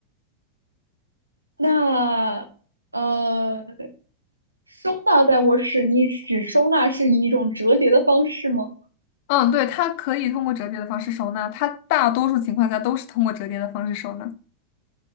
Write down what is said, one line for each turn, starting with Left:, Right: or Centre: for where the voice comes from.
Right: 那呃，收纳在卧室，你只收纳是以一种折叠的方式吗？
Left: 嗯，对，它可以通过折叠的方式收纳，它大多数情况下都是通过折叠的方式收纳。